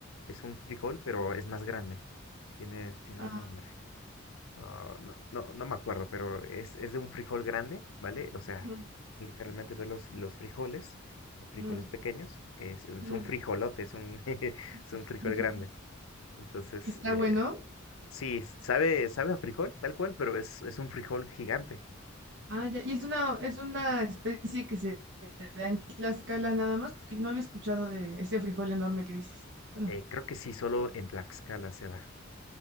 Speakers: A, on the left; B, on the right.
A: es un frijol, pero es más grande. Tiene, tiene
B: ah,
A: un nombre. Ah, no, no, no me acuerdo, pero es, es de un frijol grande, ¿vale? O sea,
B: ujú,
A: literalmente ves los, los frijoles, los frijoles
B: ujú,
A: pequeños, es, es
B: ujú.
A: un frijolote, es un, <laughs> es
B: <laughs>
A: un frijol grande. Entonces,
B: Está
A: eh,
B: bueno.
A: sí, sabe, sabe a frijol, tal cual, pero es, es un frijol gigante.
B: Ah, ya. Y es una, es una especie que se da en Tlaxcala nada más, porque no había escuchado de ese frijol enorme que dices. Bueno,
A: Eh, creo que sí, solo en Tlaxcala se da.